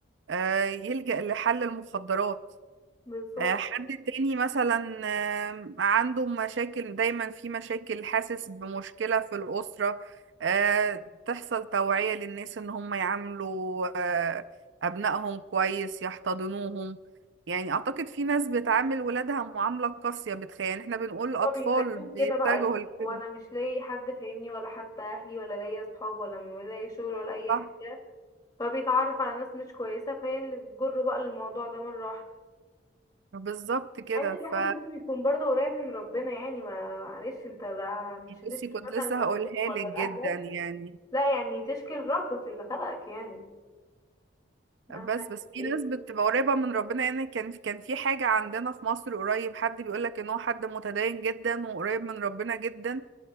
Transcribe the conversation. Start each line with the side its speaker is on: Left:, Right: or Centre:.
Right: آه، يلجأ لحل المخدرات
Left: بالظبط
Right: آه، حد تاني مثلا آه، عنده مشاكل دايما في مشاكل حاسس بمشكلة في الأسرة آه، تحصل توعية للناس إن هم يعاملوا آه، أبنائهم كويس يحتضنوهم يعني أعتقد في ناس بتعامل ولادها معاملة قاسية بتخيل يعني إحنا بنقول
Left: هو
Right: أطفال
Left: بيخليهم
Right: بيتجهوا
Left: كده بقى يعني
Right: لكده
Left: هو انا مش لاقي حد فاهمني ولا حتى اهلي ولا لاقي اصحاب ولا لاقي شغل ولا اي
Right: صح
Left: حاجه فبيتعرف على ناس مش كويسه فهي اللي بتجره بقى الموضوع ده مره واحده
Right: بالظبط كده
Left: يعني الواحد
Right: ف
Left: لازم يكون برضه قريب من ربنا يعني ما معلش انت لا مش هتشكي
Right: بصي كنت
Left: مثلا
Right: لسه
Left: لابوك
Right: هقولها
Left: ولا
Right: لك جدا
Left: لاهلك
Right: يعني
Left: لا يعني تشكي لربك اللي خلقك يعني مهما
Right: بس بس
Left: كانت
Right: في
Left: ايه
Right: ناس بتبقى قريبة من ربنا يعني كان كان في حاجة عندنا في مصر قريب حد بيقولك ان هو حد متدين جدا وقريب من ربنا جدا